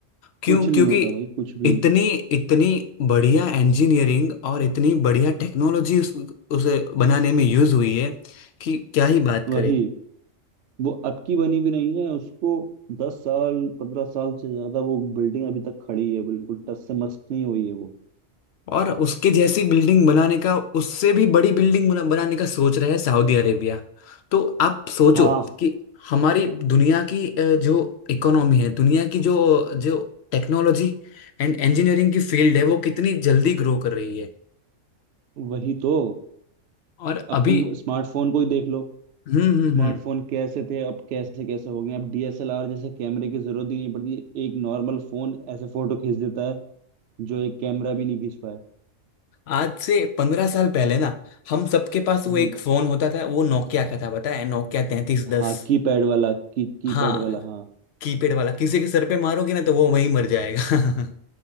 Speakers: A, on the left; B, on the right.
A: क्यों
B: कुछ नहीं
A: क्योंकि
B: होता भाई कुछ भी
A: इतनी इतनी बढ़िया इंजीनियरिंग और इतनी बढ़िया टेक्नोलॉजी उस उसे बनाने में यूज हुई है कि क्या ही बात करें
B: वही वो अब की बनी भी नहीं है उसको दस साल पंद्रह साल से ज्यादा वो बिल्डिंग अभी तक खड़ी है बिल्कुल टस से मस नहीं हुई है वो
A: और उसके जैसी बिल्डिंग बनाने का उससे भी बड़ी बिल्डिंग बना, बनाने का सोच रहा है सऊदी अरेबिया तो आप सोचो
B: हाँ
A: कि हमारी दुनिया की अ, जो इकोनॉमी है दुनिया की जो जो टेक्नोलॉजी एंड इंजीनियरिंग की फील्ड है वो कितनी जल्दी ग्रो कर रही है
B: वही तो
A: और
B: अब
A: अभी
B: तुम स्मार्टफोन को ही देख लो
A: हम्म हम्म
B: स्मार्टफोन
A: हम्म
B: कैसे थे अब कैसे कैसे हो गए अब डीएसएलआर जैसे कैमरे की जरूरत ही नहीं पड़ती एक नॉर्मल फोन ऐसे फोटो खींच देता है जो एक कैमरा भी नहीं खींच पाए
A: आज से पंद्रह साल पहले ना हम सबके पास वो
B: हम्म
A: एक फोन होता था वो नोकिया का था पता है नोकिया तैतीस दस
B: हाँ की पैड वाला की की
A: हाँ
B: पैड वाला हाँ
A: कीपैड वाला किसी के सर पे मारोगे ना तो वो वहीं मर जाएगा